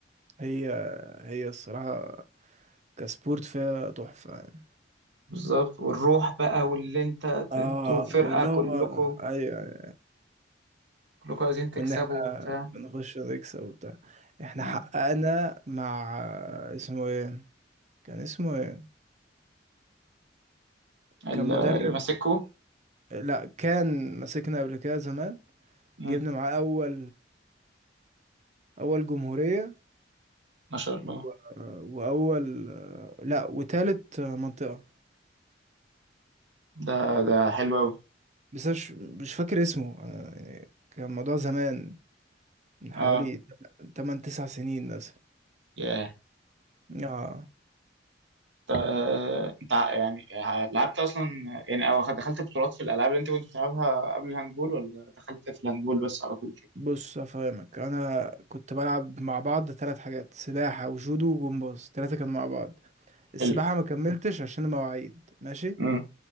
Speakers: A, on the right; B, on the right.
A: هي هي الصراحه كسبورت فيها تحفه يعني
B: بالظبط والروح بقى واللي انت
A: اه
B: انتوا فرقة
A: واللي
B: كلكم
A: هو ايوه
B: كلكم عايزين تكسبوا
A: وان احنا
B: وبتاع
A: بنخش نكسب وبتاع احنا
B: آه.
A: حققنا مع اسمه ايه كان اسمه ايه
B: ال-
A: كان مدرب
B: اللي ماسكه
A: لا كان مسكنا قبل كده زمان
B: مم.
A: جبنا معاه اول اول جمهورية
B: ما شاء الله
A: و... واول لا وتالت منطقة
B: ده ده حلو قوي
A: بس مش مش فاكر اسمه أنا يعني كان الموضوع زمان من حوالي
B: اه
A: 8 9 سنين مثلا
B: ياه
A: اه
B: طب، آه، انت ع- يعني لعبت اصلا يعني او خد- دخلت بطولات في الالعاب اللي انت كنت بتلعبها قبل الهاندبول ولا دخلت في الهاندبول بس على طول كده
A: بص افهمك انا كنت بلعب مع بعض ثلاث حاجات سباحه وجودو وجمباز ثلاثه كانوا مع بعض السباحه
B: حلو
A: ما كملتش عشان المواعيد ماشي
B: مم.